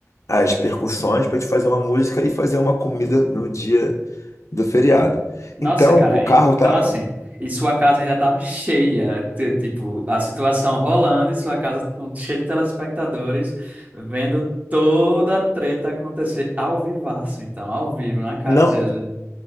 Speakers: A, on the left; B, on the right.
A: as percussões, pra gente fazer uma música e fazer uma comida no dia do feriado.
B: Nossa,
A: Então,
B: cara,
A: o carro
B: en- então
A: tava.
B: assim, e sua casa ainda estava cheia, t- tipo, a situação rolando e sua casa com, cheia de telespectadores, vendo toda a treta acontecer ao vivaço, então, ao vivo, na cara
A: Não.
B: deles, né?